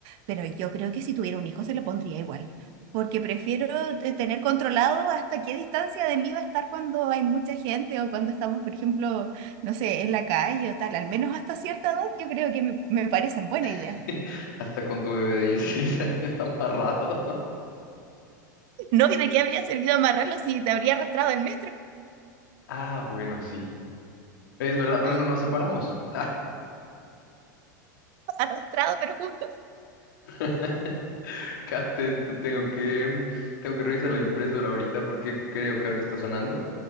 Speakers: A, on the right; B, on the left.
A: pero yo creo que si tuviera un hijo se lo pondría igual, porque prefiero te- tener controlado hasta qué distancia de mí va a estar cuando hay mucha gente o cuando estamos, por ejemplo, no sé, en la calle o tal, al menos hasta cierta edad yo creo que me, me parecen buena
B: <laughs>
A: idea.
B: hasta con tu bebé de 16 años <laughs> amarrado.
A: ¿No? ¿Y de qué habría servido amarrarlo si te habría arrastrado el metro?
B: Ah, bueno, sí, es verdad, pero
A: <gasps>
B: no nos separamos.
A: Arrastrado, pero juntos.
B: <laughs> Kate, te- tengo que, tengo que revisar la impresora ahorita porque creo que algo está sonando,